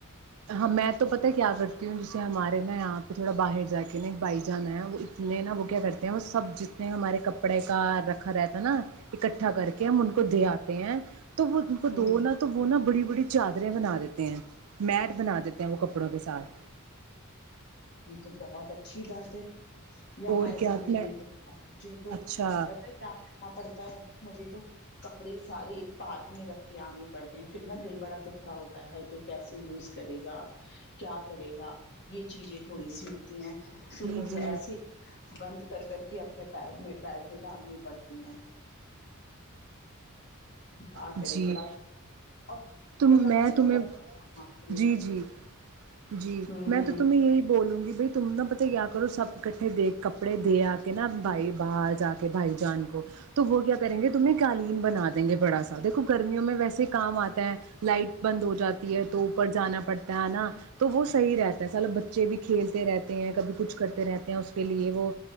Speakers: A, on the right (about 75°); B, on the left (about 55°).
A: ہ میں تو پتا کیا کرتی ہوں جسے ہمار ا یہاں پہ تھڑا باہر جا کے ا بائی جانا ہے وہ اتنے نا وہ کیا کرتے ہیں وہ سب جتنے ہمارے کپڑے کپڑے کا رکھا رہتا نا اکٹھا کر کے ہم ان کو دے آتے ہیں ان کو
B: ہ
A: دو نا تو وہ ا بڑی بڑی چادریں بنا دیتے ہیں میٹ بنا دیتے ہیں وہ کپڑوں کے ساتھ
B: یہ تو بہت اچھی بات ہے یہاں
A: اور
B: ایسا
A: کیا
B: نہیں
A: میں
B: ہے مجھے تو
A: اچھا
B: پت ہے کیا کرنا پڑتا ہے مجھے تو کپڑے سارے ایک پارک میں رکھ کے آنے پڑتے ہیں پھر نا دل بڑا دکھ رہا ہوتا ہے ہائی کوئی کیسے یوز کرے گا کیا کرے گا یہ چیزیں تھوڑی سی ہوتی ہیں پھر
A: جی
B: مجھے
A: جی
B: ایسیے بند کر کر کے اپ بیڈ میں بیڈ میں ڈالنی پڑتی ہیں کیا
A: جی
B: کرے بڑا اور
A: تم
B: رکھے
A: میں تمہیں
B: تو رکھتے ہیں ہاتھ میں
A: جی
B: کپڑے
A: جی جی
B: ہ
A: میں تو تمہیں یہی بولوں گی بائی تم نہا پت کیا کرو سب ککٹھے د کپڑے دے آ کے نا بھائی باز جا کے بھائی جان کو تو وہ کیا کریں گے تمہ نے قالین بنا دیا دیں گے بڑا سا دیکھو گرمیوں میں ویسے ہی کام آتا ہے لائٹ بند ہو جاتی ہے تو اوپر جانا پڑتا ہے ہے نا تو وہ صحیح رہتا ہے سالب بچے بھی کھیلتے رہتے ہیں کبھی کچھ کرتے رہتے ہیں اس کے لیے وہ